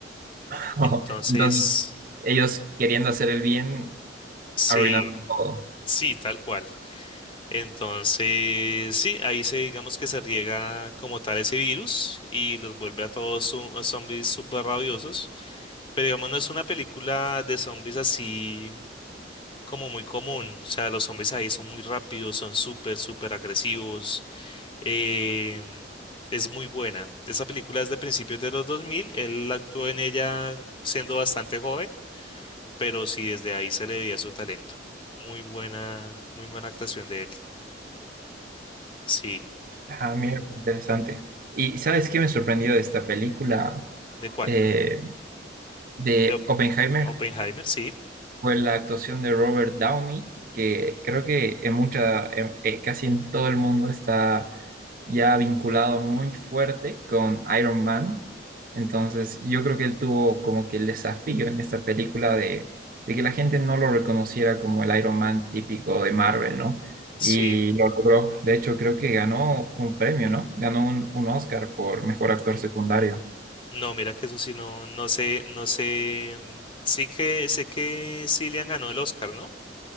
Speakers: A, on the right; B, on the left.
A: <laughs>
B: Entonces,
A: Entonces, ellos queriendo hacer el bien,
B: sí,
A: arruinando todo.
B: sí, tal cual. Entonces, sí, ahí se digamos que se riega como tal ese virus y los vuelve a todos su- a zombies súper rabiosos. Pero digamos, no es una película de zombies así como muy común. O sea, los zombies ahí son muy rápidos, son súper, súper agresivos. em, es muy buena. Esa película es de principios de los 2000. Él actuó en ella siendo bastante joven, pero sí, desde ahí se le veía su talento. Muy buena, muy buena actuación de él. Sí,
A: Ajá, mira, qué interesante. ¿Y sabes qué me sorprendió de esta película
B: ¿de cuál?
A: eh, de
B: De Op-
A: Oppenheimer?
B: Oppenheimer, sí,
A: fue la actuación de Robert Downey, que creo que en mucha, en- eh, casi en todo el mundo está ya vinculado muy fuerte con Iron Man. Entonces, yo creo que él tuvo como que el desafío en esta película de, de que la gente no lo reconociera como el Iron Man típico de Marvel, ¿no?
B: sí.
A: Y lo logró. De hecho, creo que ganó un premio, ¿no? Ganó un, un Oscar por mejor actor secundario.
B: No, mira que eso sí, no, no sé, no sé. mm, Sí que sé que Cillian ganó el Oscar, ¿no?